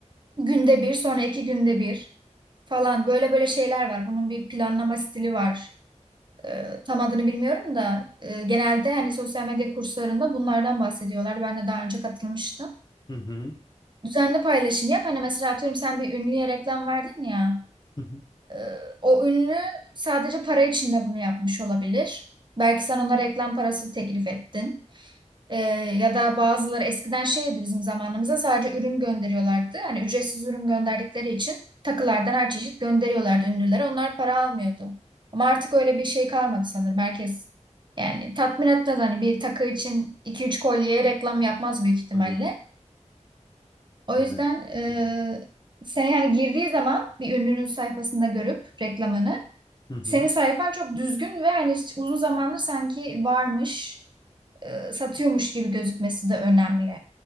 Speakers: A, on the right (about 40°); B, on the left (about 35°).
A: Günde bir, sonra iki günde bir falan böyle böyle şeyler var. Bunun bir planlama stili var. Ee, tam adını bilmiyorum da e, genelde hani sosyal medya kurslarında bunlardan bahsediyorlar. Ben de daha önce katılmıştım.
B: Hı hı.
A: Düzenli paylaşım yap. Hani mesela atıyorum sen bir ünlüye reklam verdin ya.
B: Hı hı.
A: e, o ünlü sadece para için de bunu yapmış olabilir. Belki sen ona reklam parası teklif ettin. Ee, ya da bazıları eskiden şeydi bizim zamanımızda sadece ürün gönderiyorlardı. Hani ücretsiz ürün gönderdikleri için takılardan her çeşit gönderiyorlardı ünlülere. Onlar para almıyordu. Ama artık öyle bir şey kalmadı sanırım. Herkes yani tatmin etmez. Hani bir takı için iki üç kolyeye reklam yapmaz büyük ihtimalle.
B: Tabii.
A: O
B: Yani.
A: yüzden e,
B: Hı hı.
A: sen yani girdiği zaman bir ünlünün sayfasında görüp reklamını
B: Hı hı.
A: senin sayfan çok düzgün ve hani uzun zamandır sanki varmış e, satıyormuş gibi gözükmesi de önemli.